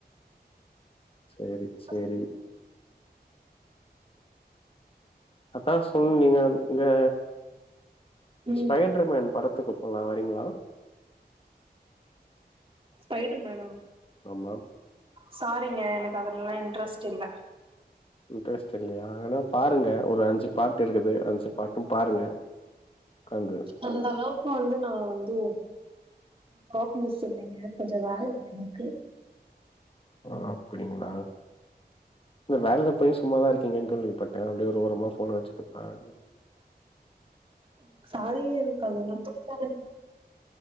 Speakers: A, on the left; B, on the right.
A: <inaudible> சேரி சேரி
B: ஆத்தும்மே
A: அதா சொல்னுக ஆ
B: ம் ம்
A: ஸ்பைட்ருமேன் படத்துக்கு போல்லா வரீங்களா
B: ஸ்பைடர் மேனா
A: ஆமா
B: சாரீங்க எனக்கு அதுலல்லா இன்ட்ரஸ்ட் இல்ல
A: இன்ட்ரெஸ்ட் இல்லையா ஆனா பாருங்க ஒரு அஞ்சு பார்ட்டு இருக்குது அஞ்சு பாட்டும் பாருங்க உக்காந்து
B: இந்த அளவுக்கு வந்து நா வந்து ஜாப்லஸ் இல்லேங்க கொஞ்ச வேல ருக்கு எனக்கு
A: ஓ அப்படிங்களா இந்த வேலக் இப்பய சும்மாதா இருக்கேங்கன்னு கேள்விப்பட்டே அப்டியே ஒரு ஓரமா ஃபோன வச்சுட்டு பாருங்
B: எனக்கு சாரீங்க எனக்கு அதல்லா பிடிக்காதுங்க